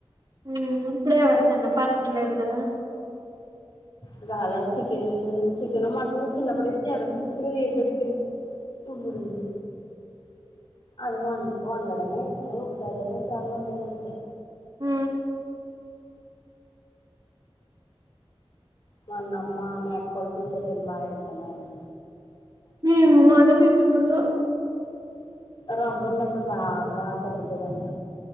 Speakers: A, on the right; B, on the left.
A: ఊ ఇప్పుడే వచ్చన్నా పట్టలేదు కదా
B: ఊ హల చికెన్ చికెన్ మటన్ చిన్నప్పుడయితే ఎడతుంది కద ఎడ అయిదని ఇపుడిది అది వన్ వండడమే ఎప్పుడో ఒకసారి రెండు సార్లు వండానంతే
A: ఊ
B: మొన్నమ్మ నైట్ కొంత బి సెట్ ఐంది బా ఏడదమ్మ అని
A: మేమ్ మన్న పెట్టుకున్నా
B: రంపున్నప్పుడు బాగా తగ్గుతదంట